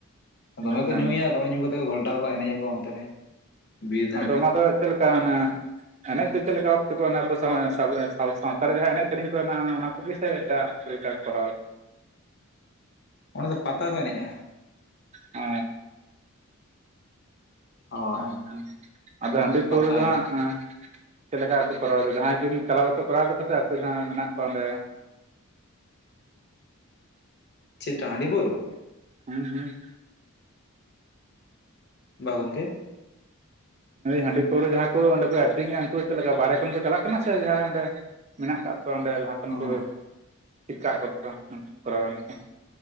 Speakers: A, on the right; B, on the left.
A: ᱚᱱᱟ
B: ᱫᱚᱢᱮ
A: ᱠᱟᱱ
B: ᱠᱚ ᱧᱩᱭᱟ
A: ᱜᱮᱭᱟ
B: ᱫᱚᱢᱮ ᱧᱩ ᱠᱟᱛᱮ ᱠᱚ ᱜᱷᱚᱞᱴᱟᱣ ᱠᱚᱜᱼᱟ ᱮᱱᱮᱡ ᱟᱠᱚ ᱚᱱᱛᱮ ᱨᱮ ᱵᱤᱨ ᱫᱷᱟᱨᱮ
A: ᱟᱫᱚ
B: ᱨᱮ
A: ᱚᱱᱟ ᱫᱚ ᱪᱮᱫ ᱞᱮᱠᱟ ᱚᱱᱮ ᱮᱱᱮᱡ ᱫᱚ ᱪᱮᱫ ᱞᱮᱠᱟ ᱵᱷᱟᱵᱛᱮ ᱠᱚ ᱟᱵᱽ ᱥᱟᱵ ᱥᱟᱶᱛᱟ ᱨᱮ ᱡᱟᱦᱟᱸ ᱮᱱᱮᱡ ᱥᱮᱨᱮᱧ ᱠᱚ ᱦᱮ ᱱᱟᱜ ᱟ ᱚᱱᱟ ᱠᱚᱜ ᱥᱮ ᱮᱴᱟᱜ ᱪᱮᱫ ᱞᱮᱠᱟ ᱠᱚᱨᱟᱣ
B: ᱚᱱᱟ ᱫᱚ ᱯᱟᱛᱟ ᱠᱚ ᱮᱱᱮᱡᱼᱟ
A: ᱚ
B: ᱦᱳᱭ
A: ᱱᱚᱣᱟ ᱠᱟᱱ ᱟᱫᱚ ᱦᱟᱺᱰᱤ
B: ᱯᱟᱛᱟ
A: ᱯᱟᱹᱣᱨᱟᱹ ᱫᱚ
B: ᱮᱱᱮᱡ
A: ᱦᱟᱸᱜ ᱪᱮᱫ ᱞᱮᱠᱟ ᱠᱚ ᱠᱚᱨᱟᱣᱮᱫᱟ ᱡᱟᱦᱟᱸᱭ ᱜᱮᱢ ᱪᱟᱞᱟᱣ ᱠᱟᱛᱮᱫ ᱠᱚᱨᱟᱣ ᱫᱟᱠᱚ ᱥᱮ ᱟᱠᱚ ᱡᱟᱦᱟᱸᱭ ᱢᱮᱱᱟᱜ ᱠᱚᱣᱟ ᱚᱸᱰᱮ
B: ᱪᱮᱫ ᱴᱟᱜ ᱦᱟᱺᱰᱤ ᱯᱟᱹᱨᱣᱟᱹ
A: ᱦᱩᱸ ᱦᱩᱸ
B: ᱵᱟ ᱜᱚᱢᱠᱮ
A: ᱦᱟᱺᱰᱤ ᱯᱟᱹᱨᱣᱟᱹ ᱡᱟᱦᱟᱸ ᱠᱚ ᱚᱸᱰᱮ ᱠᱚ ᱟᱠᱷᱨᱤᱧᱟ ᱩᱱᱠᱩ ᱪᱮᱫ ᱞᱮᱠᱟ ᱵᱟᱦᱨᱮ ᱠᱷᱚᱱ ᱠᱚ ᱪᱟᱞᱟᱜ ᱠᱟᱱᱟ ᱥᱮ ᱡᱟᱦᱟᱸᱭ ᱚᱸᱰᱮ ᱢᱮᱱᱟᱜ ᱟᱠᱟᱫ ᱠᱚᱣᱟ ᱚᱸᱰᱮ ᱞᱟᱦᱟ ᱠᱷᱚᱱ
B: ᱚ
A: ᱠᱚ ᱴᱷᱤᱠ ᱟᱠᱟᱫ ᱠᱚ ᱠᱚᱣᱟ ᱩᱱᱠᱩ ᱠᱚ ᱠᱚᱨᱟᱣᱟ ᱢᱮᱱᱛᱮ